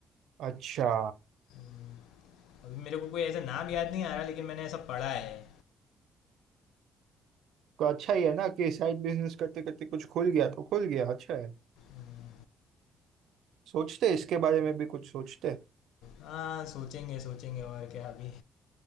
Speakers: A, on the right; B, on the left.
A: अच्छा
B: हम्म, अभी मेरे को कोई ऐसा नाम याद नहीं आ रहा लेकिन मैंने ऐसा पढ़ा है
A: तो अच्छा ही है ना कि साइड बिजनेस करते करते कुछ खुल गया तो खुल गया अच्छा है
B: हम्म,
A: सोचते इसके बारे में भी कुछ सोचते
B: हाँ सोचेंगे सोचेंगे और क्या अभी